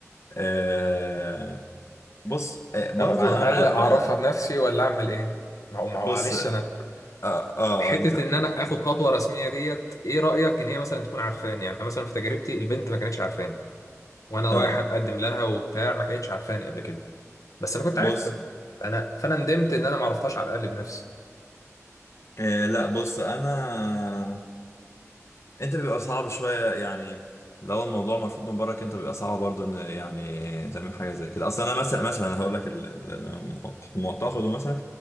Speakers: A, on the left; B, on the left.
A: آه، بص آه، برضو
B: طب على
A: انا
B: الاقل
A: عارف
B: اعرفها
A: إن-
B: بنفسي ولا اعمل ايه ما هو ما هو
A: بص
B: معلش
A: اه
B: انا
A: اه
B: حته
A: انت
B: ان انا اخد خطوه رسميه ديت ايه رايك ان هي مثلا تكون عارفاني يعني مثلا في تجربتي البنت ما كانتش عارفاني وانا
A: اه
B: رايح اتقدم لها وبتاع ما كانتش عارفاني قبل كده بس انا
A: بص
B: كنت عارفها فانا فانا ندمت ان انا ما عرفتهاش على الاقل بنفسي
A: إيه لا بص انا انت بيبقى صعب شويه يعني لو الموضوع مرفوض من برك انت بيبقى صعب برضو ان يعني تعمل حاجه زي كده اصلا انا مثلا مثلا هقول لك ال- ال- المعتقد مثلا